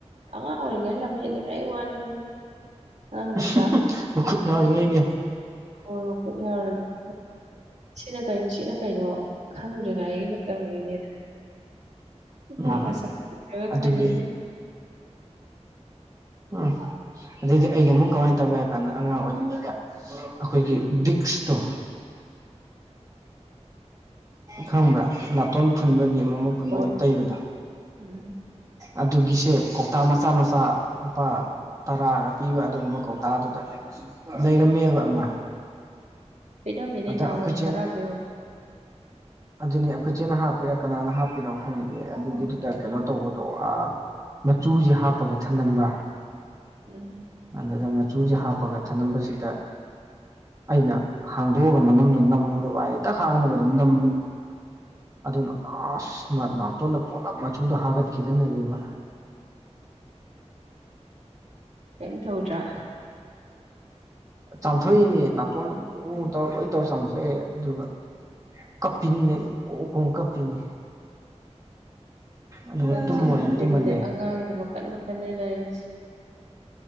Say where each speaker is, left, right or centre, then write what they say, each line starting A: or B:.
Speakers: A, on the right; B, on the right.
A: ꯑꯉꯥꯛ ꯑꯣꯏꯔꯤꯉꯩ ꯂꯝ ꯍꯦꯂꯤꯉꯩ ꯋꯥꯅꯤꯗ ꯑꯉꯥꯡ
B: ꯎꯝꯍꯨꯝꯍꯨꯝ
A: ꯃꯆꯥ
B: ꯃꯈꯠ ꯌꯥꯎꯔꯤꯉꯩꯒꯤ
A: ꯍꯣꯏ ꯃꯈꯨꯠ ꯌꯥꯎꯔꯤꯉꯩꯢꯒꯤ ꯁꯤꯅ ꯀꯩꯅꯣ ꯁꯤꯅ ꯀꯩꯅꯣ ꯈꯪꯗ꯭ꯔꯤꯉꯩꯏꯒꯤ ꯃ ꯃꯇꯝꯒꯤꯅꯦꯗ
B: ꯎꯝ
A: ꯃꯥ ꯃꯁꯛ <unintelligible> ꯑꯈꯣꯏꯅ
B: ꯑꯗꯨꯒꯤ
A: ꯅꯣꯛ
B: ꯎꯝ ꯑꯗꯨꯗꯤ ꯑꯩꯅ ꯑꯃꯨꯛ ꯀꯃꯥꯏ ꯇꯧꯋꯦ ꯍꯥꯏ ꯀꯥꯟꯗ ꯑꯉꯥꯡ ꯑꯣꯏꯔꯤꯉꯩꯗ ꯑꯈꯣꯏꯒꯤ ꯕꯤꯛꯁꯇꯣ ꯈꯪꯕ꯭ꯔꯥ ꯅꯥꯇꯣꯟ ꯐꯨꯟꯕꯒꯤ ꯑꯃꯨꯛ ꯃꯨꯛ ꯐꯨꯟꯕꯒꯤ
A: ꯍꯣꯏ
B: ꯇꯩꯕꯗꯣ
A: ꯎꯝ
B: ꯑꯗꯨꯒꯤꯁꯦ ꯀꯧꯇꯥ ꯃꯆꯥ ꯃꯆꯥ ꯂꯨꯄꯥ ꯇꯔꯥꯒ ꯄꯤꯕ ꯑꯗꯨꯒꯨꯝꯕ ꯀꯧꯇꯥꯗꯨꯗ ꯂꯩꯔꯝꯃꯦꯕ ꯑꯃ
A: ꯄꯤꯔꯝꯃꯦꯅꯦꯅꯥꯍꯟꯋꯥꯏ
B: ꯑꯗ ꯑꯩꯈꯣꯏ
A: ꯇꯔꯥꯄꯤꯕ
B: ꯑꯗꯨꯅꯦ ꯑꯈꯣꯏ ꯆꯦꯅ ꯍꯥꯞꯄꯤꯔ ꯀꯅꯥꯅ ꯍꯥꯞꯄꯤꯅꯣ ꯈꯪꯗꯦ ꯑꯗꯨꯒꯤꯗꯨꯗ ꯀꯩꯅꯣ ꯇꯧꯕꯗꯣ ꯑ ꯃꯆꯨꯁꯦ ꯍꯥꯞꯄꯒ ꯊꯅꯝꯕ
A: ꯎꯝ
B: ꯑꯗꯨꯗ ꯃꯆꯨꯁꯦ ꯍꯥꯞꯄꯒ ꯊꯅꯝꯕꯁꯤꯗ ꯑꯩꯅ ꯍꯥꯡꯗꯣꯛꯑꯒ ꯃꯅꯝꯅ ꯅꯝꯃꯨꯔꯕ ꯍꯥꯏ ꯍꯦꯛꯇ ꯍꯥꯡꯕꯒ ꯑꯗꯨꯝ ꯅꯝꯕꯅꯤ ꯑꯗꯨꯅ ꯑꯁ ꯅꯥꯇꯣꯟꯗ ꯄꯨꯂꯞ ꯃꯆꯨꯗꯣ ꯍꯥꯒꯠꯈꯤꯗꯅ ꯏꯕꯦꯃ
A: ꯀꯩꯝ ꯇꯧꯗ꯭ꯔꯥ
B: ꯆꯥꯝꯊꯣꯛꯏꯅꯦ ꯅꯥꯇꯣꯟꯗ ꯎ
A: ꯎꯝ
B: ꯇꯧꯔ ꯂꯣꯏ ꯇꯧꯔ ꯆꯥꯝꯊꯣꯛꯑꯦ ꯑꯗꯨꯒ ꯀꯞꯄꯤꯅꯤꯅꯦ ꯑꯣ ꯈꯣꯡ ꯀꯞꯄꯤꯅꯤ ꯑꯗꯨꯒ
A: ꯖꯥꯊꯤ
B: ꯇꯨꯝ ꯑꯣꯏꯅ
A: ꯖꯥꯊꯤꯕꯅꯦ
B: ꯇꯨꯝꯍꯜꯂꯦ
A: ꯑꯉꯥꯡꯅꯦ ꯃꯈꯟ ꯃꯈꯜꯅꯦ ꯂꯩꯔꯤꯁꯦ